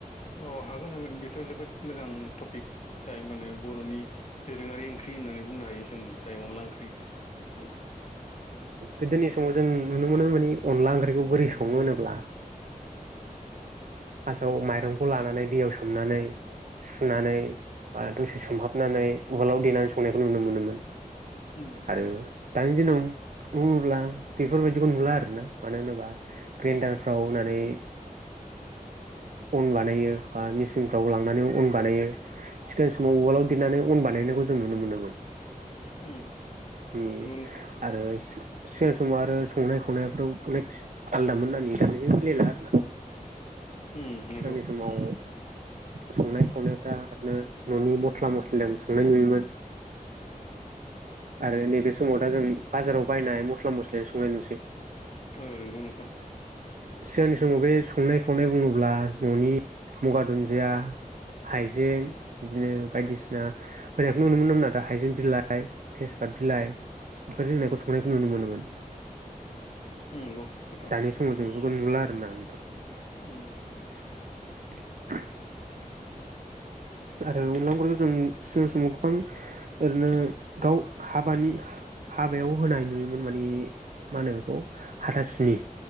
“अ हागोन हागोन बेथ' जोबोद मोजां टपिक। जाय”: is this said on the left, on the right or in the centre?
Left